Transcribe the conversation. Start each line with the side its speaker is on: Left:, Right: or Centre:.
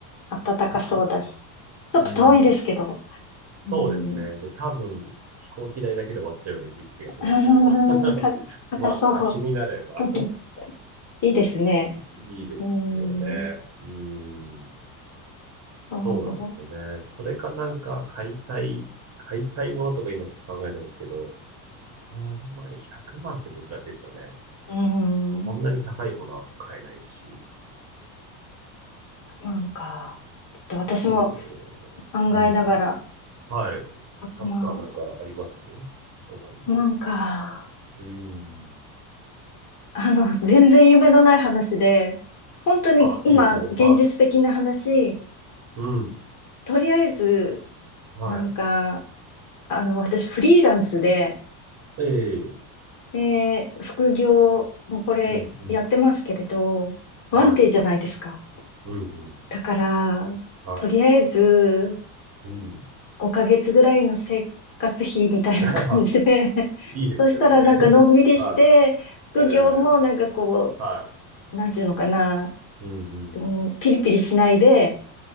Left: 暖かそうだし。
Right: また
Left: ちょっと遠いですけど。
Right: うん。そうですね。
Left: うーん
Right: で、多分、飛行機代だけで終わっちゃうような気、気がしますけど。
Left: <laughs> あーた、
Right: <laughs>
Left: 高そう。
Right: まあ、足しになれば
Left: <laughs> いいですね。
Right: <laughs> いいですよね。
Left: うーん。
Right: うん。そうなんですよね。
Left: そ
Right: それかなんか買いたい、買いたいものとか今ちょっと考えたんですけど、まあ、あんまり100万って難しいですよね。
Left: う。うー
Right: そんなに高いものは買えないし。
Left: ん。なんか、ちょっと私も
Right: そう。
Left: 考えながら、
Right: うん。はい。
Left: 1万、
Right: 佐藤さんなんかあります
Left: 1
Right: ?100 万で。
Left: 0か。
Right: うん。
Left: あの、全然夢のない話で、本当に今、
Right: あ、いいですよ。
Left: 現実的な話、
Right: はい。うん。
Left: とりあえず、
Right: は
Left: なんか、あの、私フリーランスで、
Right: い。ええ。
Left: で、副業もこれやってますけれど、
Right: うん。うん。
Left: 不安定じゃないですか。
Right: はい。うん。うん。
Left: だから、
Right: は
Left: とりあえず
Right: い。うん。
Left: 5ヶ月ぐらいの生活費みたいな感じで
Right: <laughs>
Left: <laughs>
Right: いいですよね。
Left: そしたらなんかのんびりして、
Right: <laughs> は
Left: 副業もなんかこ
Right: い。ええ。はい。
Left: う、なんていうのかな、
Right: うんうんうん
Left: うん、ピリピリしないで、